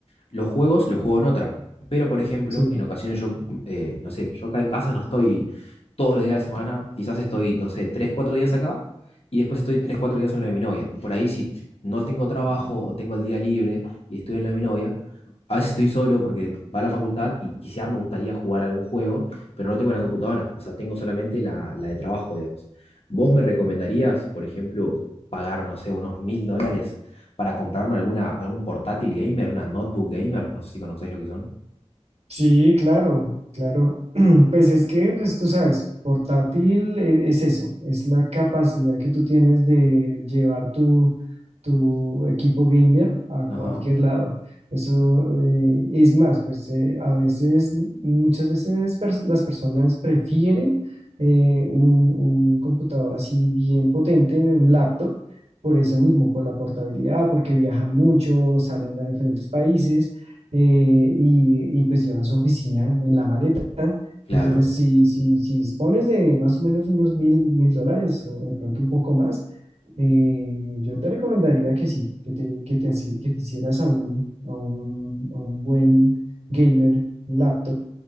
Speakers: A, on the left; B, on the right.
A: Los juegos los juego en otra. Pero, por ejemplo,
B: Sí,
A: en ocasiones yo, eh, no sé, yo acá en casa no estoy todos los días de la semana, quizás estoy, no sé, tres, cuatro días acá y después estoy tres, cuatro días en lo de mi novia. Y por ahí si no tengo trabajo o tengo el día libre y estoy en lo de mi novia, a veces estoy solo porque va a la facultad y quizás me gustaría jugar algún juego, pero no tengo la computadora, o sea, tengo solamente la, la de trabajo, digamos. ¿Vos me recomendarías, por ejemplo, pagar, no sé, unos mil dólares para comprarme alguna, algún portátil gamer, una notebook gamer, no sé si conocéis lo que son.
B: Sí, claro, claro. <clears throat> Pues es que, pues tú sabes, portátil e- es eso, es la capacidad que tú tienes de llevar tu, tu equipo gamer a
A: Ajá,
B: cualquier lado. Eso eh, es más, pues eh, a veces, muchas veces pers- las personas prefieren eh, un, un computador así bien potente, un laptop, por eso mismo, por la portabilidad, porque viajan mucho, salen a diferentes países eh, y, y pues llevan su oficina en la maleta.
A: claro.
B: Entonces, si, si, si dispones de más o menos unos mil, mil dólares o de pronto un poco más, eh, yo te recomendaría que sí, que te, que te, así- que te hicieras a un, a un, a un buen gamer laptop